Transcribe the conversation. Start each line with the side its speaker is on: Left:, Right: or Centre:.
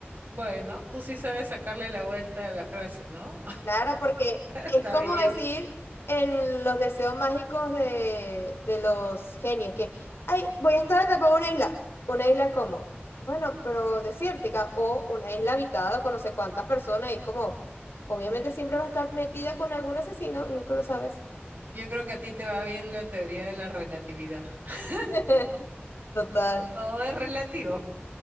Right: Bueno, tú sí sabes sacarle la vuelta a la frase, ¿no?
Left: Claro, porque es
Right: Está
Left: como
Right: bien.
Left: decir en los deseos mágicos de, de los genios, que, ay, voy a estar atrapado en una isla. ¿Una isla como? Bueno, pero desértica, o una isla habitada con no sé cuántas personas, y es como, obviamente siempre va a estar metida con algún asesino, nunca lo sabes.
Right: Yo creo que a ti te va bien la teoría de la relatividad. <laughs>
Left: <laughs> Total.
Right: Todo es relativo.